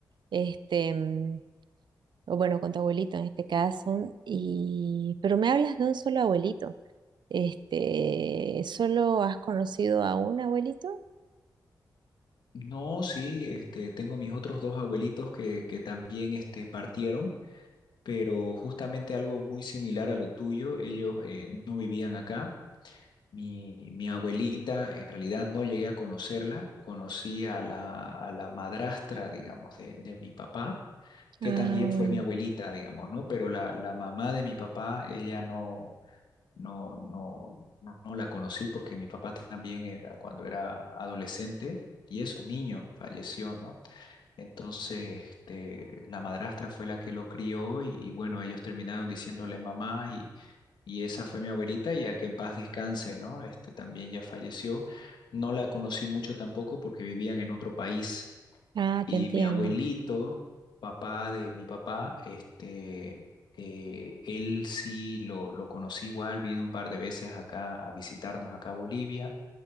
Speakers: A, on the right; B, on the left.
A: este, mm, o bueno, con tu abuelito en este caso, y, pero me hablas de un solo abuelito. Este, ¿solo has conocido a un abuelito?
B: No, sí, este, tengo mis otros dos abuelitos que, que también este, partieron. pero justamente algo muy similar a lo tuyo, ellos eh, no vivían acá. Mi, mi abuelita, en realidad no llegué a conocerla, conocí a la, a la madrastra, digamos, de, de mi papá, que
A: Ah,
B: también
A: bueno.
B: fue mi abuelita, digamos, ¿no? Pero la, la mamá de mi papá, ella no, no, no, no la conocí porque mi papá también era cuando era adolescente y eso, niño, falleció, ¿no? Entonces, este, la madrastra fue la que lo crió y, y bueno, ellos terminaron diciéndole mamá y, y esa fue mi abuelita, y a que en paz descanse, ¿no? Este, también ya falleció. No la conocí mucho tampoco porque vivían en otro país.
A: Ah,
B: Y
A: te entiendo.
B: mi abuelito, papá de mi papá, este, eh, él sí lo, lo conocí igual, vino un par de veces acá a visitarnos acá a Bolivia